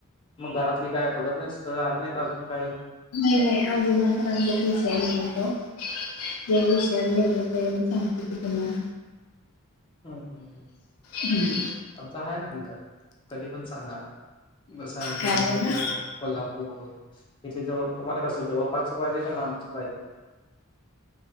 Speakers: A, on the left; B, on the left.
A: मग घरातली काय बघत नाहीत स्थळ? आली नाहीत अजून काही?
B: नाही नाही. अजून तर आमच्या विषय नाही तो. जेव्हा विषय निघेल तेव्हा- सांगते <unintelligible>
A: हम्म
B: हम्म.
A: आमचा आहे नंबर. कधी पण सांगा. तस आमची
B: काय
A: मम्मी-
B: बोलला
A: कोल्हापूर इथे जवळ, तुम्हाला कसं जवळपासचं पाहिजे का लांबचं पाहिजे?